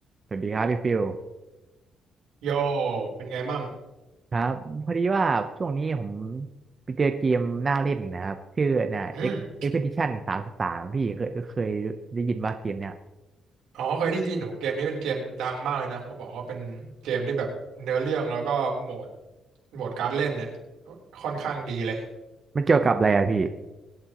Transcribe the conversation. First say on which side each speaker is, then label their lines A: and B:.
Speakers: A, on the right; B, on the right.
A: สวัสดีครับพี่ฟิล
B: โยเป็นไงมั่ง
A: ครับพอดีว่าช่วงนี้ผมไปเจอเกมน่าเล่นนะครับชื่อเนี่ย
B: อืม
A: X Expedition สามสิบสามพี่เคยเคยได้ยินว่าเกมเนี่ย
B: อ๋อเคยได้ยินโหเกมนี้เป็นเกมดังมากเลยนะเขาบอกว่าเป็นเกมที่แบบเนื้อเรื่องแล้วก็โหมดโหมดการเล่นเนี่ยค่อนข้างดีเลย
A: มันเกี่ยวกับอะไรอะพี่